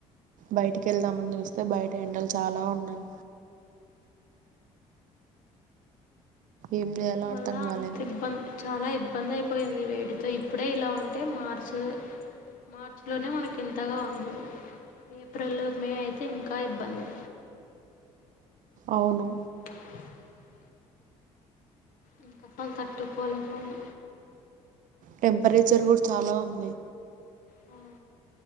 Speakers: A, on the right (about 65°); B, on the left (about 70°).
A: బయటికి వెళ్దామని చూస్తే బయట ఎండలు చాలా ఉన్నాయి ఏం చేయాలో
B: మళ్ళా
A: అర్థం కాలే
B: అంత ఇబ్బం చాలా ఇబ్బంది అయిపోయింది వేటితో ఇప్పుడే ఇలా ఉంటే మార్చ్ మార్చ్ లోనే మనకి ఇంతగా ఉంది ఏప్రిల్ మే అయితే ఇంకా ఇబ్బంది
A: అవును
B: అవునా ఇంక అసల్ తట్టుకోలేమ్ మనం
A: టెంపరేచర్ కూడా చాలా ఉంది
B: ఆ